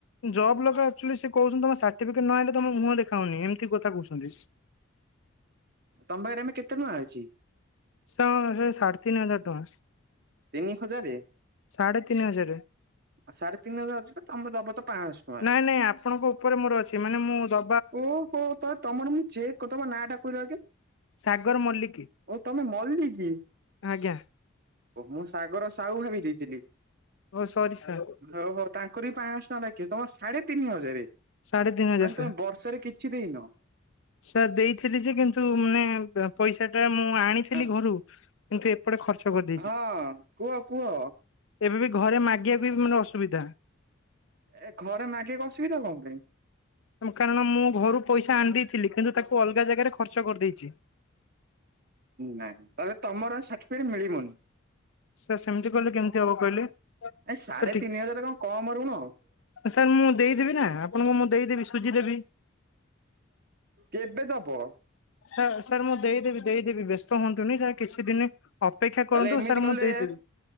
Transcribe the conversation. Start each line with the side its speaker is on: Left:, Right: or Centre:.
Left: ଜବ୍ ଲୋକ ଆକଚୁଆଲିସେ କହୁଛନ୍ତି ତମ ସାର୍ଟିଫିକେଟ୍ ନହଲେ ତମେ ମୁହଁ ଦେଖାଉନି ଏମିତି କଥା କହୁଛନ୍ତି।
Right: ତମ ପାଖରେ ଆମେ କେତେ ଟଙ୍କା ଅଛି?
Left: ସ ସେ ସାଢ଼େ ତିନି ହଜାର ଟଙ୍କା।
Right: ତିନି ହଜାର।
Left: ସାଢେ ତିନି ହଜାର।
Right: ଆଉ ସାଢ଼େ ତିନି ହଜାର ଅଛି ତମେ ଦବ ତ ପାଞ୍ଚଶହ ଟଙ୍କା।
Left: ନାଇଁ ନାଇଁ ଆପଣଙ୍କ ଉପରେ ମୋର ଅଛି ମାନେ ମୁଁ ଦ
Right: ଓହୋ ତ ତମର ମୁଁ ଯେ ଚେକ୍ ତମ ନାଁ ଟା କହିଲ ଆଗେ
Left: ସାଗର ମଲ୍ଲିକ
Right: ଓ ତମେ ମଲିକି।
Left: ଆଜ୍ଞା।
Right: ଓ ମୁଁ ସାଗର ସାହୁ ଭାବି ଦେଇଥିଲି।
Left: ଓ ସରି ସାର୍।
Right: ହଉ ହଉ ତାଙ୍କର ବି ପାଆଁଶହ ଟଙ୍କା ବାକି ଅଛି ତମର ସାଢେ ତିନି ହଜାର
Left: ସାଢେ ତିନି ହଜାର
Right: ମାନେ
Left: ସାର୍।
Right: ତମେ ବର୍ଷ। ଷରେ କିଛି ଦେଇନ।
Left: ସାର୍ ଦେଇଥିଲି ଯେ କିନ୍ତୁ ମାନେ ପଇସା ଟା ମୁଁ ଆଣିଥିଲି
Right: ଅ
Left: ଘରୁ କିନ୍ତୁ। ଏପଟେ ଖର୍ଚ୍ଚ କରି
Right: ହଁ କୁହ କୁହ।
Left: ଏବେ ବି ଘରେ ମାଗିବାକୁ ବି ମାନେ ଅସୁବିଧା।
Right: ଏ ଘରେ ମାଗିବାକୁ ଅସୁବିଧା କଣ ପାଇଁ?
Left: କାରଣ ମୁଁ ଘରୁ ପଇସା ଆଣିଦେ। କିନ୍ତୁ ତାକୁ ଅଲଗା ଜାଗାରେ ଖର୍ଚ କରିଦେଇଛି।
Right: ନାଇଁ ତ ତମର ସାର୍ଟିଫିକେଟ୍ ମିଳିବନି।
Left: ସେ ସେମିତି କହିଲେ କେମିତି ହବ କହିଲେ
Right: ଏ ସାଢେ
Left: ସେ ଟି
Right: ତିନି ହଜାର <unintelligible>
Left: ସାର୍ ମୁଁ ଦେଇଦେବି ନା ଆପଣଙ୍କୁ ମୁଁ ଦେଇଦେବି ସୁଜି ଦେବି।
Right: କେବେ ଦବ?
Left: ସାର୍ ସାର୍ ମୁଁ ଦେଇଦେବି ଦେଇଦେବି ବ୍ୟସ୍ତ ହୁଅନ୍ତୁନି ସାର୍ କିଛି ଦିନି ଅପେକ୍ଷା
Right: ତାହେଲେ
Left: କରନ୍ତୁ
Right: ଏମିତି
Left: ସାର୍
Right: କଲେ
Left: ମୁଁ ଦେଇଦେବି